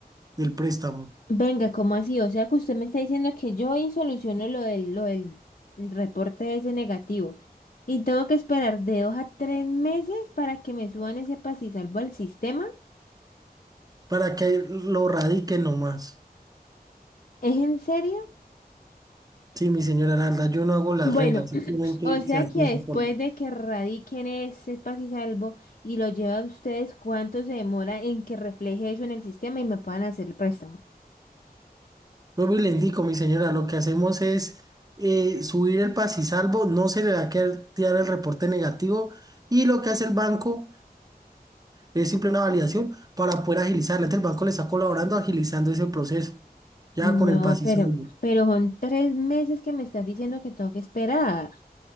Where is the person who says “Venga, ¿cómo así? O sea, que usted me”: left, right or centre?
Left